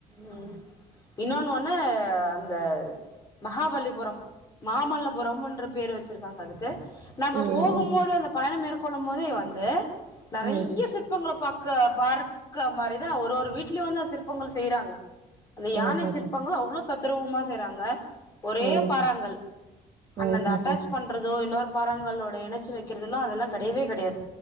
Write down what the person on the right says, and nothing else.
ம்.
ம். ம்.
ம்.
ம்.
ஹுஹு.
ம்.
ம். ஹுஹு.